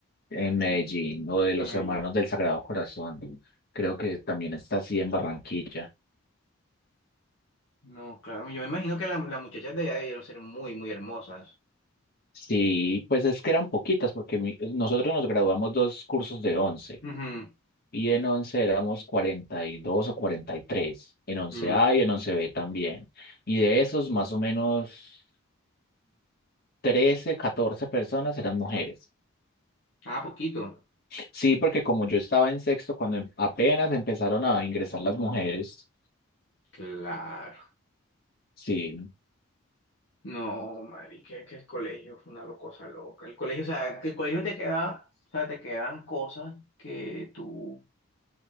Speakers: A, on the left; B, on the left.
A: en Medellín o de los
B: Me-
A: Hermanos del Sagrado Corazón. Creo que también está así en Barranquilla.
B: no, claro. Yo me imagino que la- las muchachas de allá debieron ser muy, muy hermosas.
A: Sí, pues es que eran poquitas porque mi- nosotros nos graduamos dos cursos de once
B: Ujú,
A: y en 11 éramos 42 o 43. en once
B: ujú.
A: a y en once b también. Y de esos más o menos 13, 14 personas eran mujeres.
B: Ah, poquito.
A: Sí, porque como yo estaba en sexto cuando em- apenas empezaron a ingresar las mujeres,
B: Claro.
A: sí.
B: No, marica, que el colegio fue una cosa loca. El colegio, o sea, que el colegio te queda, o sea, te quedan cosas que tú, o